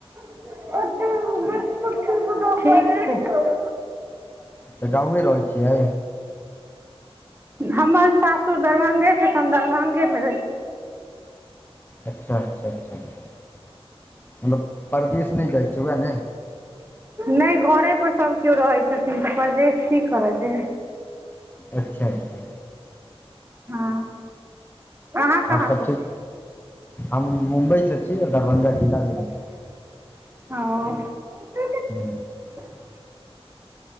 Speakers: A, on the right (about 25°); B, on the left (about 20°).
A: <unintelligible>
B: तऽ गाँव यै रहै छियै
A: हमर सासुर दरभंगे छै तऽ हम दरभंगे में रहै छी
B: अच्छा अच्छा अच्छा अच्छा मतलब परदेस नै जाइ छै वएह ने
A: नै घरे पर सभ केओ रहै छथिन तऽ परदेश की कर जेबे
B: अच्छा अच्छा
A: हँ अहाँ
B: और
A: कहाँ
B: सब
A: से
B: ठीक
A: छी
B: <inaudible> हम मुम्बइ स छी दरभंगा जिला भेल
A: <unintelligible>
B: <unintelligible>
A: <unintelligible>